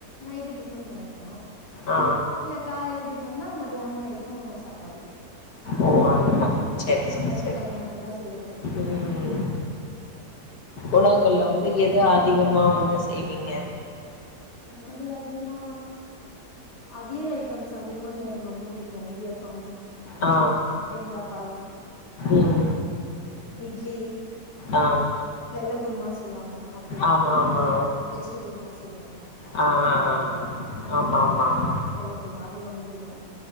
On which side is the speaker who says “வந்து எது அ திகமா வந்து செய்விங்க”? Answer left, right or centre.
Left